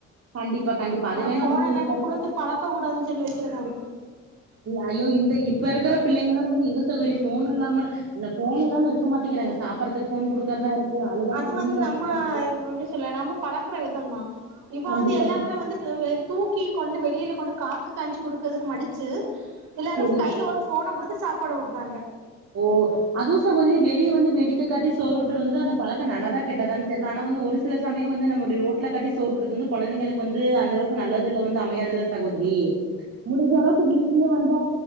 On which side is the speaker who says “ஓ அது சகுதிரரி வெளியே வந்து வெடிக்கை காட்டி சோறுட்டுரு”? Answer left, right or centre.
Right